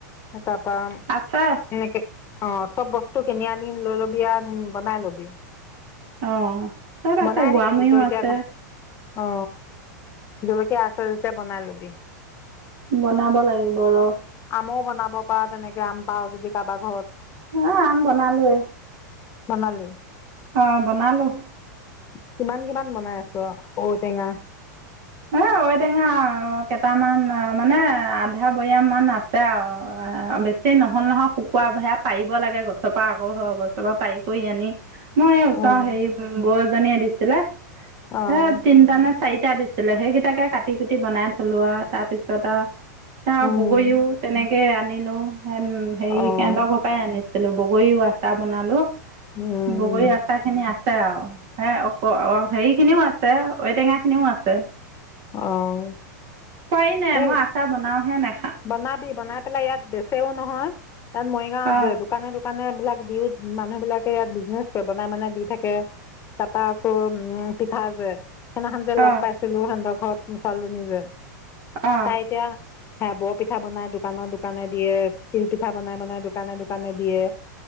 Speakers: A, on the left (about 25°); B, on the right (about 45°).
A: তাপা
B: আছে
A: এনেকে অ চব বস্তু কিনি আনি লৈ ল'বি আ বনাই লবি।
B: অহ। চব আছে
A: বনাই
B: গোৱামূৰিও
A: থাকিবি তই এতিয়া
B: আছে।
A: অ জলকীয়া আছে যেতিয়া বনাই লবি।
B: বনাব লাগিব ৰ।
A: আমও বনাব পাৰ তেনেকে আম পাৱ যদি কাবা ঘৰত।
B: হয় আম বনালোয়ে।
A: বনালি?
B: অ বনালো।
A: কিমান কিমান বনাই আছ ঔটেঙা।
B: এ ঔটেঙা কেইটামান মানে আধা বয়াম মান আছে আৰু বেছি নহল নহয় শুকোৱা হেয়া পাৰিব লাগে গছৰ পৰা আকৌ হয় গছৰ পৰা পাৰি কৰি আনি মই এয়া উচ
A: অ
B: হেৰি বজ। জনীয়ে দিছিলে।
A: অ',
B: হে তিনিটানে চাইট। তে ছিলে সেইকিটাকে কাটি কুটি বনাই থলোৱা তাৰপিছত আ চা
A: উম,
B: বগৰিও তেনেকে আন হেল্ল উম হেৰি
A: অ',
B: সেনতৰ ঘৰ পৰাই আনিছে। হেল্লও বগৰীও আচা বনালো।
A: উম,
B: বগৰী আচা খিনি আ আছে আৰু হে হেৰিখিনিও আছে ঔটেঙাখিনিও আছে।
A: অ',
B: খোৱাই নাই
A: সেই
B: মই আচাৰ বনাওহে নে
A: বনাবি বনাই পেলে ইয়াত বেচেও নহয়, তাত মৰিগাঁওত
B: অঁ
A: য দোকানে দোকানে বিলাক দিও মানুহ বিলাকে ইয়াত বিজনেচ কৰে, বনাই বনাই দি থাকে, তাপা আকৌ পিঠা যে সিদনাখন যে লগ
B: অঁ
A: পাইছিলো সেনতৰ ঘৰত। মোৰ ছোৱালীজনী যে
B: অঁ
A: তাই এতিয়া সেয়া বৰ পিঠা বনাই দোকান দোকানে দিয়ে, তিল পিঠা বনাই বনাই দোকানে দোকানে দিয়ে।